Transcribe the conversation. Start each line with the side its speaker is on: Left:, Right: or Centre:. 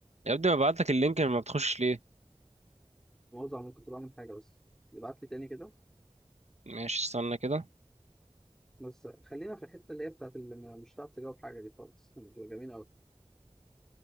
Right: يا ابني ببعت لك اللينك لما بتخش ليه
Centre: مؤاخذة عمال كنت بعمل حاجة بس ابعت لي تاني كده
Right: ماشي استنى كده
Centre: بس خلينا في الحتة اللي هي بتاعت اللي م- مش هتعرف تجاوب حاجة دي خالص بتبقى جميلة أوي